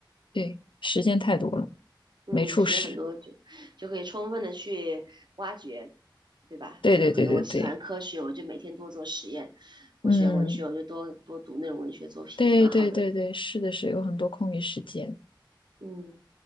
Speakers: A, on the left; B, on the right.
A: 对，时间太多了，
B: 嗯，
A: 没处使。
B: 时间很多就就可以充分的去挖掘，对吧？
A: 对对对对对，
B: 比如可能我喜欢科学，我就每天多做实验；
A: 嗯，
B: 我喜欢文学，我就多多读那种文学作品，
A: 对对对对，
B: 蛮好的。
A: 是的是，有很多空余时间。
B: 嗯，